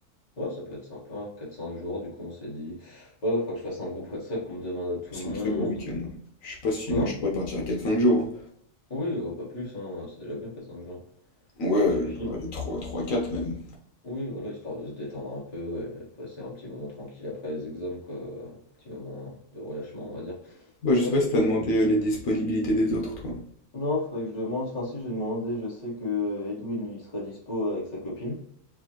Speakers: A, on the left; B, on the left.
A: Ouais, ça peut être sympa. quatre cinq jours, du coup, on s'est dit. Ouais, il faudra que je fasse un groupe WhatsApp qu'on me demande à tout
B: C'est
A: le monde.
B: un très gros week-end. Je sais pas si
A: Comment?
B: moi je pourrais partir à 4-5 jours.
A: Oui, heu, pas plus, hein, c'est déjà bien, quatre cinq jours.
B: hein. Ouais,
A: Ça
B: euh,
A: suffit, hein.
B: allez, 3 3-4 même.
A: Oui, voilà, histoire de se détendre un peu et de passer un petit moment tranquille après les examens, quoi, heu, un petit moment de relâchement, on va dire.
B: Bah,
A: Donc
B: je sais
A: ouais,
B: pas
A: ça
B: si
A: pourrait
B: t'as demandé
A: être
B: euh, les disponibilités des autres, toi.
A: non, faudrait que je demande, enfin si, j'ai demandé, je sais que Edwin, lui, il serait dispo avec sa copine,